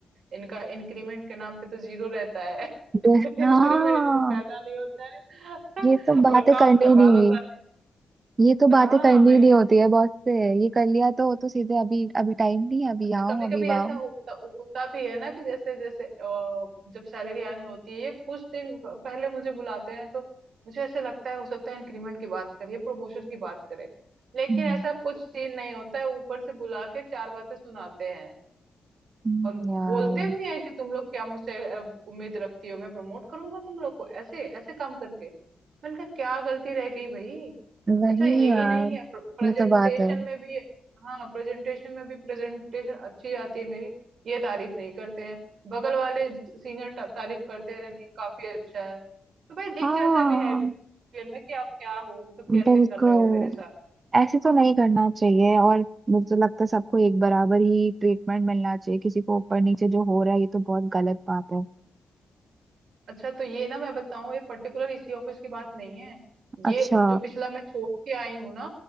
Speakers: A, on the right; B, on the right.
A: इनका इंक्रीमेंट के नाम पे तो जीरो रहता है
B: ड्रे-
A: <laughs> इंक्रीमेंट
B: हाँ
A: इनको करना नहीं होता है
B: ये तो
A: <laughs> और
B: बातें
A: काम
B: करनी
A: करवा
B: ही नहीं हुई
A: लो सारे
B: ये तो बातें
A: हाँ
B: करनी
A: वही
B: ही नहीं
A: ना
B: होती है बॉस से ये कर लिया तो तो सीधे अभी अभी टाइम नहीं है अभी
A: अच्छा
B: आओ
A: कभी कभी
B: अभी
A: ऐसा
B: वाओ
A: होता होता भी है ना कि जैसे जैसे अ, जब सैलरी आनी होती है ये कुछ दिन प- पहले मुझे बुलाते हैं तो मुझे ऐसे लगता है हो सकता है इंक्रीमेंट की बात करिए प्रमोशन की बात करें लेकिन
B: हम्म,
A: ऐसा कुछ सीन नहीं होता है ऊपर से बुला के चार बातें सुनाते
B: हम्म,
A: और
B: यार
A: बोलते भी हैं कि तुम लोग क्या मुझसे अ, उम्मीद रखती हो मैं प्रमोट करूंगा तुम लोग को ऐसे ऐसे काम करके मैंने कहा क्या गलती रह गई भाई
B: वही
A: अच्छा यही
B: यार
A: नहीं है प्रेजेंटेशन
B: ये तो बात है
A: में भी हाँ प्रेजेंटेशन में भी प्रेजेंटेशन अच्छी आती है मेरी ये तारीफ नहीं करते हैं बगल वाले सीनियर तारीफ करते हैं अरे नहीं काफी अच्छा है तो भाई दिख
B: हाँ
A: जाता भी है बिहेवियर में कि आप क्या हो मतलब कैसे
B: बिल्कुल
A: कर रहे हो मेरे
B: ऐसे तो नहीं करना चाहिए और मुझे तो लगता है सबको एक बराबर ही ट्रीटमेंट मिलना चाहिए किसी को ऊपर नीचे जो हो रहा है ये तो बहुत गलत बात है
A: अच्छा तो ये ना मैं बताऊं ये पर्टिकुलर इसी ऑफिस की बात नहीं है ये
B: अच्छा
A: जो पिछला मैं छोड़ के आई हूँ ना